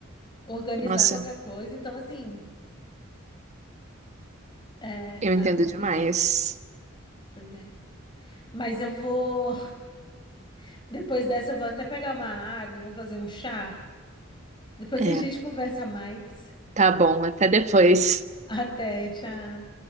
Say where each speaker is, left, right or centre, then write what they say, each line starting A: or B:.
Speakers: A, on the left; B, on the right.
A: organizar
B: Nossa,
A: qualquer coisa. Então, assim, é,
B: eu
A: tá
B: entendo
A: complicado.
B: demais.
A: Pois é. Mas eu vou. <laughs> Depois dessa, eu vou até pegar uma água, vou fazer um chá. Depois
B: É,
A: a gente <laughs> conversa mais.
B: tá bom, até depois.
A: Até, tchau.